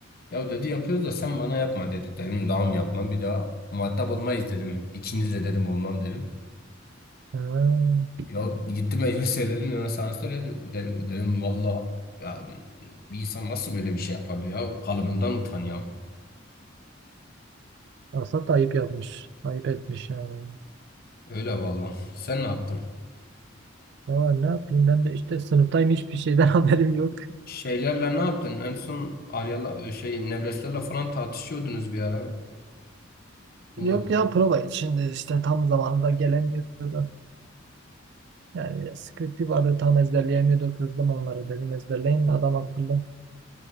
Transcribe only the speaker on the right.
ha.
Asla da ayıp yapmış. Ayıp etmiş yani.
Aa, ne yapayım ben de işte sınıftayım hiçbir şeyden <laughs> haberim yok.
Yok ya prova için de işte tam zamanında gelemiyordu. Yani sıkıntı vardı tam ezberleyemiyordu. Kızdım onları dedim ezberleyin adam akıllı.